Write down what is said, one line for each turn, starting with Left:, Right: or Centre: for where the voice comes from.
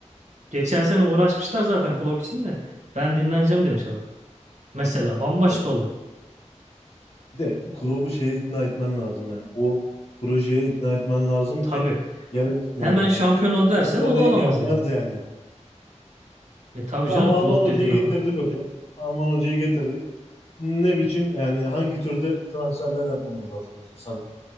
Right: Geçen sene uğraşmışlar zaten kulüp için de. Ben dinleneceğim demiş adam. Mesela bambaşka
Left: e,
Right: olur.
Left: Bir de Klopp'u şeye ikna etmen lazım yani. O projeye ikna etmen lazım
Right: Tabii.
Left: ki gelebilsin
Right: Hemen
Left: yani.
Right: şampiyon ol
Left: Kolay
Right: dersen
Left: kolay
Right: o da olamaz
Left: gelmez
Right: yani.
Left: yani.
Right: E tabii
Left: Tamam
Right: canım kulüp
Left: Alman hocayı
Right: dediğin adam.
Left: getirdik hocam. Alman hocayı getirdik. Ne biçim yani hangi türde transferler yapmamız lazım mesela sen